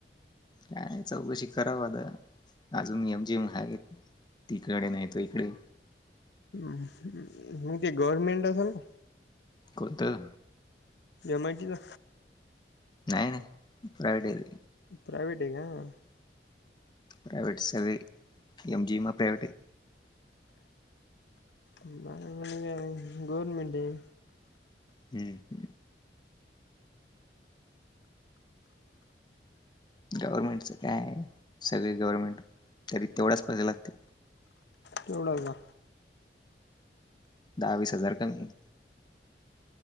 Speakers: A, on the left; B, on the left.
A: काय चौकशी कराव आता अजून एम जी महाग आहेत. तिकडे नाही तो इकडे.
B: असं हम्म ते गव्हर्नमेंट असल ना.
A: कोणतं
B: एम आय टी चा
A: नाय-नाय प्रायव्हेट आहे ते.
B: प्रायव्हेट आहे का?
A: प्रायव्हेटस सगळे एम जी म प्रायव्हेट आहे.
B: मला <unintelligible> गवर्नमेंट आहे.
A: हम्म. गव्हर्नमेंटचा काय आहे सगळे गव्हर्नमेंट तरी तेवढाच पैशे लागते.
B: तेवढा का?
A: दहा-वीस हजार कमी.